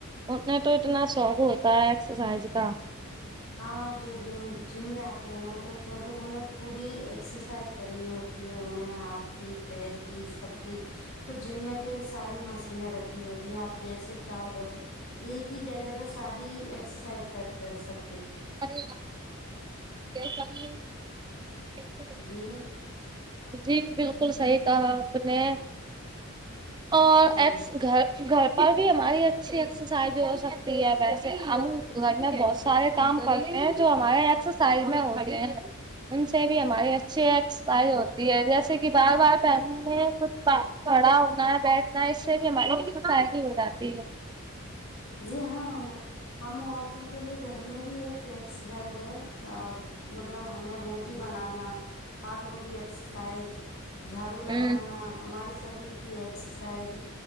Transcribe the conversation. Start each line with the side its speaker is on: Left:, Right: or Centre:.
Right: ان میں تو اتنا شوق ہوتا ہے ایکسرسائز کا
Left: ہاں جو جم جاتے ہیں نا تو کیونکہ انہیں پوری ایکسرسائز کرنی ہوتی ہے انہیں ہاتھ کی پیر کی سب کی تو جم میں کی ایک ساری مشینیں رکھی ہوتی ہیں آپ جیسے چاہو ویسے ایک ہی جگہ پے ساری ایکسرسائز کرتا ہے سب
Right: ارے کیا <unintelligible>
Left: جی
Right: جی بالکل صحیح کہا آپ نے اور
Left: جی
Right: ایک گھر گھر پر بھی ہماری اچھی ایکسرسائز ہو سکتی ہے ویسے ہم گھر میں بہت سارے کام کرتے ہیں جو ہمارے ایکسرسائز میں ہوتے ہیں ان سے بھی ہمارے اچھے سپائ ہوتی ہے جیسے کہ بار بار پیم میں کچھ کھڑا ہونا ہے بیٹ نہ اس سے بھی ہماری فائدی ہو جاتی ہے
Left: جی ہاں ہم عورتوں کے لیے گھر میں بھی ایک ایکسرسائز ہے مطلب ہمیں روٹی بنانا ہاتوں کی ایکسرسائز جھاڑو لگانا
Right: ہوں
Left: ہمارے شریر کی ایکسرسائز